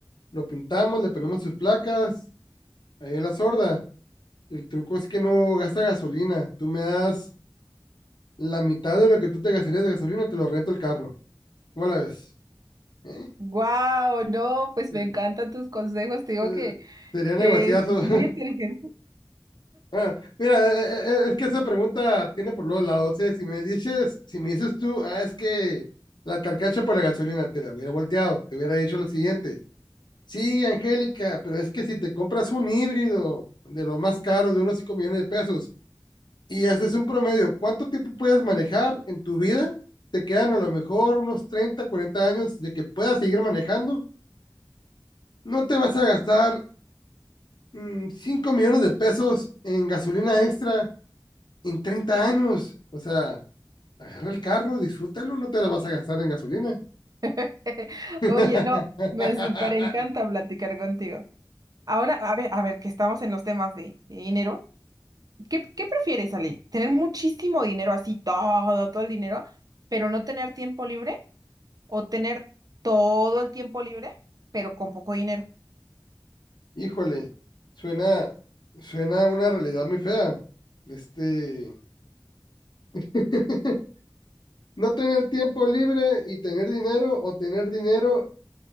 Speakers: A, on the left; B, on the right.
A: lo pintamos, le ponemos sus placas, ahí la sorda. El truco es que no gasta gasolina. Tú me das la mitad de lo que tú te gastarías de gasolina, te lo rento el carro. ¿Cómo la ves? ¿Eh?
B: Wow, no, pues
A: Eh,
B: me encantan tus consejos, te digo
A: eh,
B: que,
A: Sería negociazo.
B: que es muy
A: <laughs>
B: inteligente.
A: Ah, Mira, eh, eh, eh, es que esa pregunta tiene por los lados. eh. Si me dices, si me dices tú, ah, es que la carcacha por la gasolina te la hubiera volteado, te hubiera dicho lo siguiente. Sí, Angélica, pero es que si te compras un híbrido de los más caros, de unos 5 millones de pesos, y haces un promedio, ¿cuánto tiempo puedes manejar en tu vida? Te quedan a lo mejor unos 30, 40 años de que puedas seguir manejando. No te vas a gastar mm, 5 millones de pesos en gasolina extra en 30 años. O sea, agarra el carro, disfrútalo, no te la vas a gastar en gasolina.
B: <laughs>
A: <laughs>
B: Oye, no, me súper encanta platicar contigo. Ahora, a ver, a ver, que estamos en los temas de, de dinero. ¿Qué, qué prefieres, Ale? ¿Tener muchísimo dinero, así todo, todo el dinero, pero no tener tiempo libre? ¿O tener todo el tiempo libre, pero con poco dinero?
A: Híjole, suena, suena a una realidad muy fea. Este, <laughs> no tener tiempo libre y tener dinero, o tener dinero,